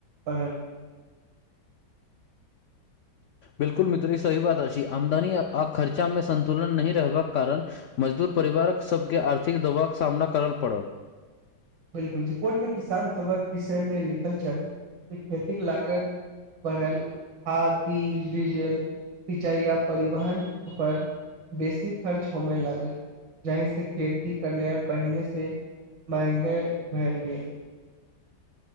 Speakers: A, on the right; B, on the left.
A: परल।
B: बिल्कुल मित्र, ई सही बात अछि। आमदनी आ खर्चामे सन्तुलन नहि रहबाक कारण मजदूर परिवारके सभके आर्थिक दबावक सामना करय पड़ल।
A: बिल्कुल जी, रिकॉर्डमे किसानसभक विषयमे लिखल छल जे खेतीक लागत। बढ़ल, खाद, बीज, डीजल। सिंचाई आ परिवहन पर बेसी खर्च होमय लागल। जाहिसँ खेती करनाइ आर पहिनेसँ महँग भऽ गेल।